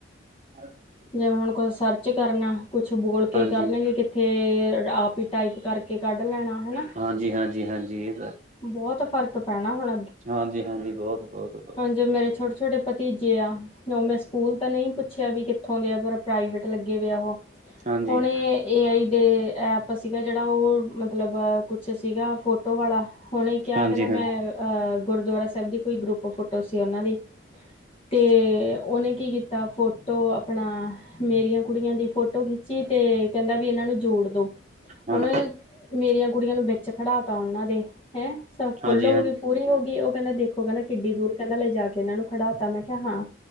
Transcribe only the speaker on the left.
ਜਿਵੇਂ ਹੁਣ ਕੁਛ ਸਰਚ ਕਰਨਾ। ਕੁਛ ਬੋਲਕੇ
ਕਰਨਗੇ ਫੇਰ ਆਪ ਹੀ ਟਾਈਪ ਕਰਕੇ ਕੱਢ ਲੈਣਾ ਹਨਾ।
ਬਹੁਤ ਫ਼ਰਕ ਪੈਣਾ ਹੁਣ
ਜੋ ਮੇਰੇ ਛੋਟੇ-ਛੋਟੇ ਭਤੀਜੇ ਆ ਉਹ ਮੈਂ ਸਕੂਲ ਤਾਂ ਨਹੀਂ ਪੁੱਛਿਆ ਵੀ ਕਿਥੇ ਉੱਥੋਂ ਦੇ ਆ ਪਰ ਪ੍ਰਾਈਵੇਟ ਲੱਗੇ ਵਏ ਆ।
ਉਹਨੇ ਏ ਆਈ ਦੇ ਐਪ ਸੀਗਾ ਜਿਹੜਾ ਉਹ ਮਤਲਬ ਕੁਛ ਸੀਗਾ ਫੋਟੋ ਵਾਲਾ ਹੁਣੇ ਕਿਹਾ
ਕਹਿੰਦਾ
ਮੈਂ ਅਹ ਗੁਰਦੁਆਰਾ ਸਾਹਿਬ ਦੀ ਕੋਈ ਗਰੁੱਪ ਫੋਟੋ ਸੀ ਉਹਨਾਂ ਦੀ। ਤੇ ਉਹਨੇ ਕੀ ਕੀਤਾ ਫੋਟੋ ਆਪਣਾ ਮੇਰੀਆਂ ਕੁੜੀਆਂ ਦੀ ਫੋਟੋ ਖਿੱਚੀ ਤੇ ਕਹਿੰਦਾ ਵੀ ਇਹਨਾਂ ਨੂੰ ਜੋੜ ਦੋ।
ਉਹਨੇ ਮੇਰੀਆਂ ਕੁੜੀਆਂ ਨੂੰ ਵਿੱਚ ਖੜਾ ਤਾ ਉਹਨਾਂ ਦੇ। ਹੈਂ ਸ ਫੁੱਲ
ਹੋ
ਗਈ। ਪੂਰੀ ਹੋ ਗਈ। ਉਹ ਕਹਿੰਦਾ ਦੇਖੋ ਕਹਿੰਦਾ ਕਿੱਡੀ ਦੂਰ ਕਹਿੰਦਾ ਲੈ ਜਾ ਕੇ ਇਹਨਾਂ ਨੂੰ ਖੜਾਤਾ। ਮੈਂ ਕਿਹਾ ਹਾਂ।